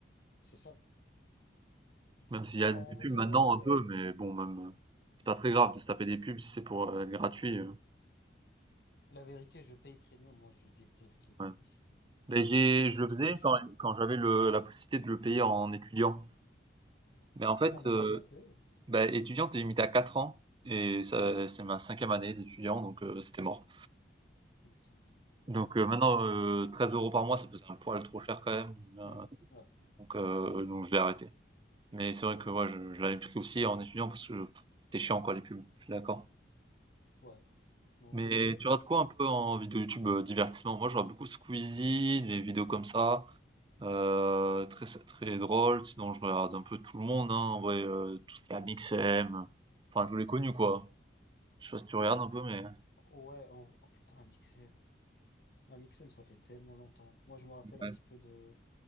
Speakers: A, on the left; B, on the right.
A: C'est ça.
B: Même s'il y
A: En
B: a des pubs
A: vrai,
B: maintenant un peu,
A: ouais.
B: mais bon, même euh, c'est pas très grave de se taper des pubs si c'est pour euh, être gratuit. euh,
A: La vérité, je paye premium. Moi, je déteste les publicités.
B: ouais. Mais j'ai,
A: C'est
B: je le
A: trop
B: faisais
A: chiant.
B: quand, quand j'avais le, la possibilité de le payer en étudiant. Mais en fait,
A: Ah, maintenant,
B: heu,
A: t'as plus? eux
B: bah, étudiant, t'es limité à 4 ans et ça c'est ma cinquième année d'étudiant donc heu, c'était mort.
A: Putain. Ouais.
B: Donc heu, maintenant, heu, 13 € par mois, ça faisait un poil trop cher quand même, heu,
A: Hum, ouais.
B: donc heu, donc je l'ai arrêté. Mais c'est vrai que moi je je l'avais pris aussi en étudiant parce que c'était chiant quoi les pubs, je suis d'accord.
A: Ouais. En
B: Mais
A: vrai, ouais.
B: tu regardes quoi un peu en vidéo YouTube, heu, divertissement? Moi, je regarde beaucoup Squeezie, les vidéos comme ça, heu, très très drôle Sinon, je regarde un peu tout le monde, hein, en vrai, heu, tout ce qui est Amixem, enfin tous les connus quoi. Je sais pas si tu regardes un peu, mais
A: Ouais, en vrai. Oh putain, un XM. Un XM, ça fait tellement longtemps. Moi, je me rappelle
B: Ouais.
A: un petit peu de,